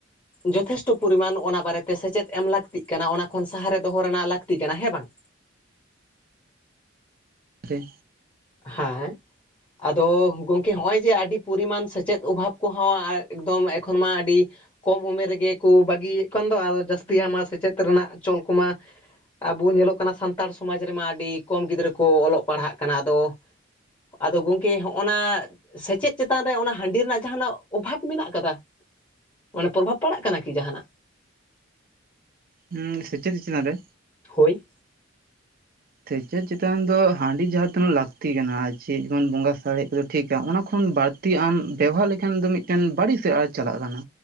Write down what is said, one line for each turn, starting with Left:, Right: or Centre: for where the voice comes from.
Left: ᱡᱚᱴᱷᱮᱥᱴᱚ ᱯᱚᱨᱤᱢᱟᱱ ᱚᱱᱟ ᱵᱟᱨᱮ ᱛᱮ ᱥᱮᱪᱮᱫ ᱮᱢ ᱞᱟᱹᱠᱛᱤᱜ ᱠᱟᱱᱟ ᱚᱱᱟ ᱠᱷᱚᱱ ᱥᱟᱦᱟᱨᱮ ᱫᱚᱦᱚ ᱨᱮᱱᱟᱜ ᱞᱟᱹᱠᱛᱤ ᱠᱟᱱᱟ ᱦᱮᱸ ᱵᱟᱝ?
Right: ᱥᱮ
Left: ᱦᱟᱸᱭ ᱟᱫᱚ ᱜᱚᱝᱠᱮ ᱦᱚᱸᱜᱼᱚᱭ ᱡᱮ ᱟᱹᱰᱤ ᱯᱚᱨᱤᱢᱟᱱ ᱥᱮᱪᱮᱫ ᱚᱵᱷᱟᱵᱽ ᱠᱚᱦᱚᱸ ᱮᱠᱫᱚᱢ ᱮᱠᱷᱚᱱ ᱢᱟ ᱟᱹᱰᱤ ᱠᱚᱢ ᱩᱢᱮᱨ ᱨᱮᱜᱮ ᱠᱚ ᱵᱟᱹᱜᱤᱭᱮᱜ ᱠᱟᱱ ᱫᱚ ᱟᱨ ᱡᱟᱹᱥᱛᱤ ᱢᱟ ᱥᱮᱪᱮᱫ ᱨᱮᱱᱟᱜ ᱪᱚᱞ ᱠᱚᱢᱟ ᱟᱵᱚ ᱧᱮᱞᱚᱜ ᱠᱟᱱᱟ ᱥᱟᱱᱛᱟᱲ ᱥᱚᱢᱟᱡᱽ ᱨᱮᱢᱟ ᱟᱹᱰᱤ ᱠᱚᱢ ᱜᱤᱫᱽᱨᱟᱹ ᱠᱚ ᱚᱞᱚᱜ ᱯᱟᱲᱦᱟᱜ ᱠᱟᱱᱟ ᱟᱫᱚ ᱟᱫᱚ ᱜᱚᱝᱠᱮ ᱦᱚᱸᱜ ᱱᱟ ᱥᱮᱪᱮᱫ ᱪᱮᱛᱟᱱ ᱨᱮ ᱚᱱᱟ ᱦᱟᱺᱰᱤ ᱨᱮᱱᱟᱜ ᱡᱟᱦᱟᱸ ᱱᱟᱜ ᱚᱵᱷᱟᱵ ᱢᱮᱱᱟᱜ ᱠᱟᱫᱟ? ᱚᱱᱟ ᱯᱨᱚᱵᱷᱟᱵᱽ ᱯᱟᱲᱟᱜ ᱠᱟᱱᱟ ᱠᱤ ᱡᱟᱸᱦᱟᱱᱟᱜ
Right: ᱦᱩᱸ ᱥᱮᱪᱮᱫ ᱪᱮᱛᱟᱱ ᱨᱮ
Left: ᱦᱳᱭ᱾
Right: <inaudible> ᱪᱮᱛᱟᱱ ᱫᱚ ᱦᱟᱺᱰᱤ ᱡᱟᱦᱟᱸ ᱛᱤᱱᱟᱹᱜ ᱞᱟᱹᱠᱛᱤ ᱠᱟᱱᱟ ᱟᱨ ᱪᱮᱫ ᱵᱚᱱ ᱵᱚᱸᱜᱟ ᱥᱟᱨᱮᱡ ᱠᱚᱫᱚ ᱴᱷᱤᱠ ᱟ ᱚᱱᱟ ᱠᱷᱚᱱ ᱵᱟᱹᱲ ᱛᱤ ᱟᱢ ᱵᱮᱵᱷᱟᱨ ᱞᱮᱠᱷᱟᱱ ᱫᱚ ᱢᱤᱫ ᱴᱮᱱ ᱵᱟᱹᱲᱤᱡ ᱥᱮᱫ ᱟᱪ ᱪᱟᱞᱟᱜ ᱠᱟᱱᱟ,